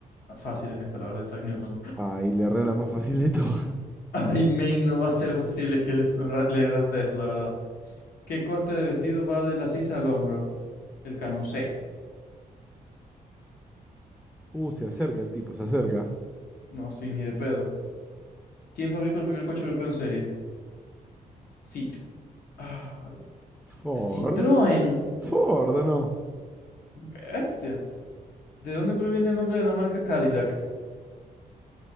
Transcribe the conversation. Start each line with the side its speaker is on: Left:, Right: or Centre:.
Left: Fácil es esta, la verdad, Isaac Newton. <laughs>
Centre: Ah, y le erré la más fácil de todas.
Left: Ay, men, no va a ser posible que le, erra- le erraste eso, la verdad. ¿Qué corte de vestido va de la sisa al hombro? El canucé.
Centre: Uh, se acerca el tipo, se acerca.
Left: No, sí, ni de pedo. ¿Quién fabricó el primer coche europeo en serie? Cit. Ay,
Centre: Ford.
Left: Citroën.
Centre: Ford, no.
Left: Bestia. ¿De dónde proviene el nombre de la marca Cadillac?